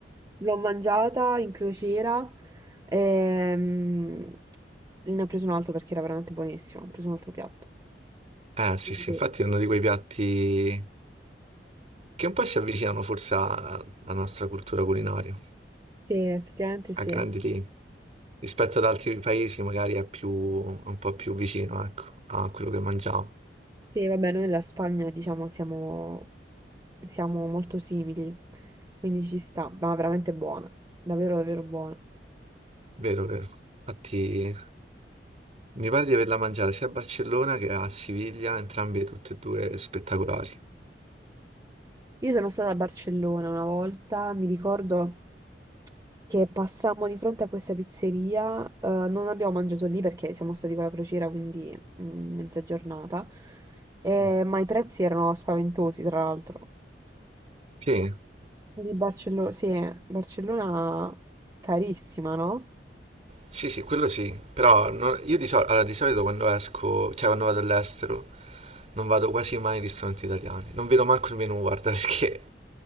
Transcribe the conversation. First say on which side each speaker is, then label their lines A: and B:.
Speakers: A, on the right; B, on the right.
A: L'ho mangiata in crociera ehm, ne ho preso un altro perché era veramente buonissimo. Ho preso un altro piatto.
B: Eh
A: Stupido.
B: sì, sì, infatti è uno di quei piatti che un po' si avvicinano forse a- alla nostra cultura culinaria,
A: Sì, effettivamente sì.
B: a grandi linee. Rispetto ad altri paesi magari è più, un po' più vicino, ecco, a quello che mangiamo.
A: Sì, vabbè, noi e la Spagna, diciamo, siamo, siamo molto simili, quindi ci sta, ma veramente buona, davvero, davvero buona.
B: Vero, vero. Infatti Mi pare di averla mangiata sia a Barcellona che a Siviglia, entrambe tutte e due spettacolari.
A: Io sono stata a Barcellona una volta, mi ricordo che passammo di fronte a questa pizzeria, eh, non abbiamo mangiato lì perché siamo stati con la crociera, quindi mm, mezza giornata, eh,
B: Mm.
A: ma i prezzi erano spaventosi, tra l'altro.
B: Sì,
A: Di Barcellona, sì, Barcellona carissima, no?
B: sì, sì, quello sì, però non- io di, sol- allora, di solito quando esco, cioè quando vado all'estero, non vado quasi mai in ristoranti italiani, non vedo manco il menù, guarda, <laughs> perché